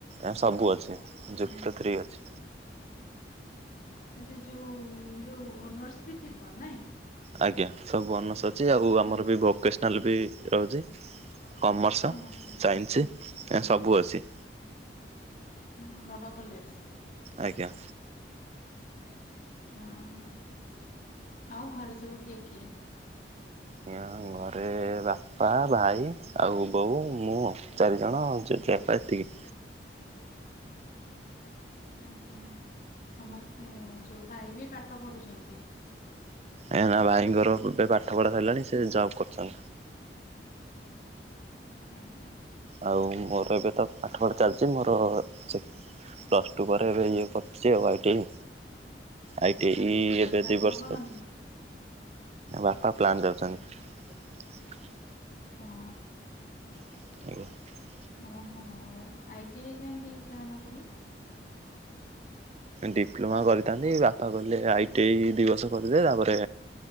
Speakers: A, on the right (about 35°); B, on the left (about 50°).
A: ଆଁ ସବୁ ଅଛି ଯୁକ୍ତ
B: ହଁ
A: ଥ୍ରୀ ଅଛି।
B: ଆ ସେ ଯୋଉ ଯୋଉ ଅନର୍ସ ବି ଥିବ ନାଇଁ।
A: ଆଜ୍ଞା ସବୁ ଅନର୍ଶ ଅଛି ଆଉ ଆମର
B: ହଁ ହଁ
A: ବି ଭୋକେସନାଲ୍ ବି ରହୁଛି। କମର୍ସ
B: ଭୋକେସନାଲ
A: ସାଇନ୍ସ
B: ହଁ
A: ଏ
B: ହଁ
A: ସବୁ ଅଛି।
B: ଉଁ ବଡ଼ କଲେଜ।
A: ଆଜ୍ଞା।
B: ଆଉଁ ଆଉ ଘରେ ସବୁ କିଏ କିଏ?
A: ଆଜ୍ଞା ଘରେ ବାପା ଭାଇ ଆଉ ବୋଉ ମୁଁ ଚାରିଜଣ ଜେ ଜେ ବାପା ଏତିକି।
B: ଆଜ୍ଞା ସମସ୍ତେ ଯୋଉ ଭାଇ ବି ପାଠ ପଢୁଛନ୍ତି।
A: ଏ ନା ଭାଇଙ୍କର ଏବେ ପାଠ ପଢ଼ା ସରିଲାଣି ସେ ଜବ୍ କରୁଛନ୍ତି।
B: ଆଜ୍ଞା।
A: ଆଉ ମୋର ଏବେ ତ ପାଠପଢା ଚାଲିଛି ମୋର ସେ ପ୍ଲସ ଟୁ ପରେ ଏବେ ଇଏ କରୁଛି I T I. I T I.
B: ଆଜ୍ଞା ବାପା
A: ଏବେ ଦୁଇ
B: କଣ
A: ବର୍ଷ।।
B: କରନ୍ତି?
A: ବାପା ପ୍ଲାଣ୍ଟ ଯାଉଛନ୍ତି।
B: ହଁ।
A: <unintelligible>
B: ଓହୋ ଆଇଟି ଆଇ କାହିଁକି ଚ ୟ ନ କଲେ।
A: ଡିପ୍ଲୋମା କରିଥାନ୍ତି ବାପା କହିଲେ ଆଇଟି ଆଇ ଦୁଇ ବର୍ଷ କରିଦେଲେ ତାପରେ